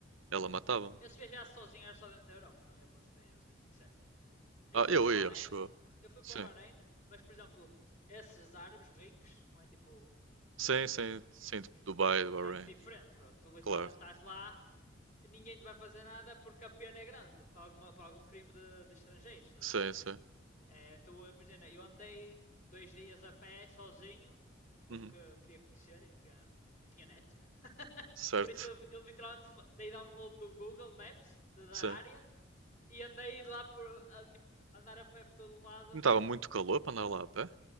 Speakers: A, on the right (about 80°); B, on the left (about 40°).
A: Ela matava-me.
B: Eu se viajasse sozinho era só dentro da Europa, não ia para outros países, vou ser sincero. Eu
A: Ah,
B: fui
A: eu
B: para o
A: ia,
B: Bahrein,
A: acho eu.
B: eu fui
A: Sim,
B: para o Bahrein, mas por exemplo, esses árabes ricos, não é tipo
A: sim,
B: Tunísia
A: sim,
B: nem Turquia
A: sim,
B: em
A: tipo,
B: si,
A: Dubai, Bahrein,
B: é muito diferente, bro. Tu literalmente
A: claro.
B: estás lá ninguém te vai fazer nada porque a pena é grande para, alguma, para algum crime de, de estrangeiros, estás
A: Sim,
B: a ver?
A: sim.
B: É, tu, imagina, eu andei dois dias a pé sozinho porque
A: Uhum.
B: eu queria conhecer e não, queria, não tinha net. <laughs>
A: Certo,
B: por isso eu, eu literalmente dei download do Google Maps de, da
A: sim.
B: área e andei lá por a, tipo, andar a pé por todo o lado.
A: Não estava muito calor para andar lá a pé?